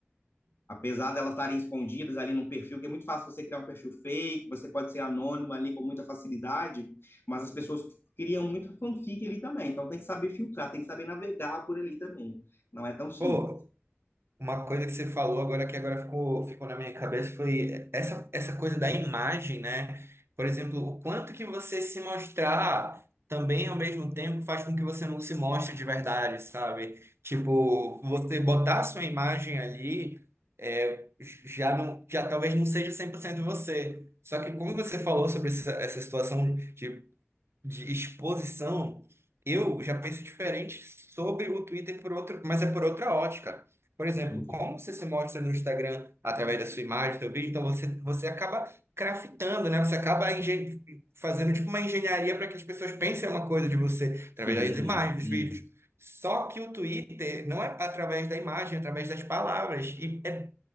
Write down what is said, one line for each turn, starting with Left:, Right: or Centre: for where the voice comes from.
Left: apesar delas estarem escondidas ali num perfil, que é muito fácil você criar um perfil fake, você pode ser anônimo ali com muita facilidade, mas as pessoas criam muito fanfic ali também, então tem que saber filtrar, tem que saber navegar por ali também. Não é tão simples.
Right: Pô, Uma coisa que você falou agora que agora ficou, ficou na minha cabeça foi essa, essa coisa da imagem, né? Por exemplo, o quanto que você se mostrar também ao mesmo tempo faz com que você não se mostre de verdade, sabe? Tipo, você botar a sua imagem ali é, já não, já talvez não seja 100% você. Só que como você falou sobre essa, essa situação de de exposição, eu já penso diferente sobre o Twitter por outro, mas é por outra ótica. Por exemplo,
Left: Entendi.
Right: como você se mostra no Instagram através da sua imagem, do seu vídeo, então você, você acaba craftando, né? Você acaba engen- fazendo tipo uma engenharia para que as pessoas pensem uma coisa de você
Left: Sim,
Right: através das imagens, dos
Left: sim.
Right: vídeos. Só que o Twitter não é através da imagem, é através das palavras. E é